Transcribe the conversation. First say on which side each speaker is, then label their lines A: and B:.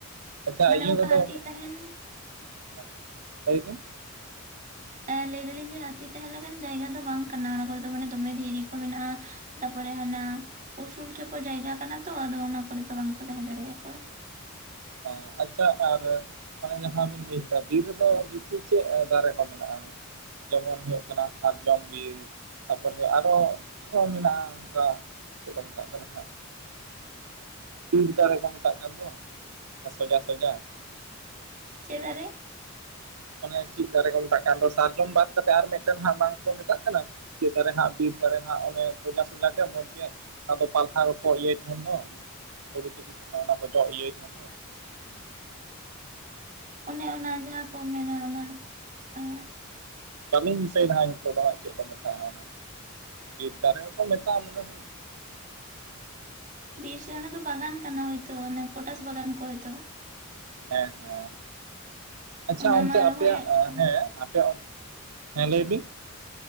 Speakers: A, on the right; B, on the right.
A: ᱟᱪᱪᱷᱟ
B: ᱢᱟᱱᱮ
A: ᱤᱭᱟᱹ
B: ᱚᱱᱠᱟ
A: ᱠᱚᱫᱚ
B: ᱦᱟᱹᱛᱤ
A: ᱚᱱᱮ,
B: ᱛᱟᱦᱮᱱ
A: ᱦᱮᱸ ᱞᱟᱹᱭ ᱵᱤᱱ᱾
B: ᱮᱸ ᱞᱟᱹᱭ ᱫᱟᱞᱤᱧ ᱡᱮ ᱦᱟᱹᱛᱤ ᱛᱟᱦᱮᱸ ᱞᱮᱠᱟᱱ ᱡᱟᱭᱜᱟ ᱫᱚ ᱵᱟᱝ ᱠᱟᱱᱟ ᱚᱱᱟ ᱠᱚᱨᱮ ᱫᱚ ᱢᱟᱱᱮ ᱫᱚᱢᱮ ᱫᱷᱤᱨᱤ ᱠᱚ ᱢᱮᱱᱟᱜ-ᱟ᱾ ᱛᱟᱯᱚᱨᱮ ᱦᱟᱱᱟ ᱩᱥᱩᱞ ᱪᱷᱮᱯᱚ ᱡᱟᱭᱜᱟ ᱠᱟᱱᱟ ᱛᱚ ᱟᱫᱚ ᱚᱱᱟ ᱠᱚᱨᱮ ᱫᱚ ᱵᱟᱝ ᱠᱚ ᱛᱟᱦᱮᱸ ᱫᱟᱲᱮᱜ ᱟᱠᱚ᱾
A: ᱮᱸ ᱟᱪᱪᱷᱟ ᱟᱨ ᱚᱱᱮ ᱡᱟᱦᱟᱸ ᱵᱤᱱ ᱞᱟᱹᱭ ᱠᱮᱫᱟ ᱵᱤᱨ ᱨᱮᱫᱚ ᱵᱮᱥᱤ ᱪᱮᱜ ᱮ ᱫᱟᱨᱮ ᱠᱚ ᱢᱮᱱᱟᱜ-ᱟ ᱢᱮᱱᱛᱮ? ᱡᱮᱢᱚᱱ ᱦᱩᱭᱳᱜ ᱠᱟᱱᱟ ᱥᱟᱨᱡᱚᱢ ᱵᱤᱨ ᱛᱟᱯᱚᱨᱮ ᱟᱨᱚ ᱟᱨᱚ ᱢᱮᱱᱟᱜ-ᱟ ᱚᱝᱠᱟ ᱪᱮᱫ ᱠᱚ ᱢᱮᱛᱟᱜ ᱠᱟᱱᱟ ᱦᱟᱸᱜ ᱛᱤᱨᱤᱞ ᱛᱟᱨᱚᱵᱽ ᱠᱚ ᱢᱮᱛᱟᱜ ᱠᱟᱱ ᱫᱚ ᱚᱱᱮ ᱥᱚᱡᱟ ᱥᱚᱡᱟ᱾
B: ᱪᱮᱜ ᱫᱟᱨᱮ?
A: ᱚᱱᱮ ᱪᱤᱜ ᱫᱟᱨᱮ ᱠᱚ ᱢᱮᱛᱟᱜ ᱠᱟᱱ ᱫᱚ ᱥᱟᱨᱡᱚᱢ ᱵᱟᱫ ᱠᱟᱛᱮ ᱟᱨ ᱢᱤᱫᱴᱮᱱ ᱦᱟᱸᱜ ᱵᱟᱝ ᱠᱚ ᱢᱮᱛᱟᱜ ᱠᱟᱱᱟ᱾ ᱪᱮᱫ ᱫᱟᱨᱮ ᱦᱟᱸᱜ ᱵᱤᱨ ᱫᱟᱨᱮ ᱦᱟᱸᱜ ᱟᱫᱚ ᱥᱚᱡᱟ ᱥᱚᱡᱟ ᱜᱮ ᱢᱚᱡᱽ ᱧᱚᱜ᱾ ᱚᱱᱟ ᱫᱚ ᱯᱟᱞᱦᱟ ᱜᱮᱠᱚ ᱤᱭᱟᱹᱭ ᱛᱟᱸᱦᱮᱱ ᱫᱚ ᱦᱩᱲᱩ ᱛᱤᱠᱤ ᱥᱚᱢᱚᱭ ᱚᱱᱟ ᱠᱚ ᱡᱚᱜ ᱤᱭᱟᱹᱭ ᱛᱟᱸᱦᱮᱱ ᱫᱚ᱾
B: ᱚᱱᱮ ᱚᱱᱟ ᱡᱟᱦᱟᱸ ᱠᱚ ᱢᱮᱱᱟ ᱚᱱᱟ ᱮᱸᱜ
A: ᱵᱟᱞᱤᱧ ᱫᱤᱥᱟᱹᱭ ᱮᱫᱟ ᱦᱟᱸᱜ ᱱᱤᱛᱚᱜ ᱫᱚ ᱦᱟᱸᱜ ᱪᱮᱫ ᱠᱚ ᱢᱮᱛᱟᱜ-ᱟ ᱚᱱᱟ ᱵᱤᱨ ᱫᱟᱨᱮ ᱜᱮᱠᱚ ᱢᱮᱛᱟᱜ-ᱟ ᱢᱚᱱᱮ ᱦᱚᱭ᱾
B: ᱵᱤᱨ <unintelligible> ᱵᱟᱜᱟᱱ ᱠᱟᱱᱟ ᱦᱳᱭᱛᱚ ᱚᱱᱟ ᱯᱚᱴᱟᱥ ᱵᱟᱜᱟᱱ ᱠᱚ ᱦᱳᱭᱛᱚ᱾
A: ᱦᱮᱸ ᱦᱮᱸ, ᱟᱪᱪᱷᱟ
B: ᱚᱱᱟ
A: ᱚᱱᱛᱮ
B: ᱢᱟ ᱨᱚᱦᱚᱭᱮᱫ
A: ᱟᱯᱮᱭᱟᱜ
B: ᱠᱚ
A: ᱦᱮᱸ ᱟᱯᱮᱭᱟᱜ ᱦᱮᱸ ᱞᱟᱹᱭ ᱵᱤᱱ,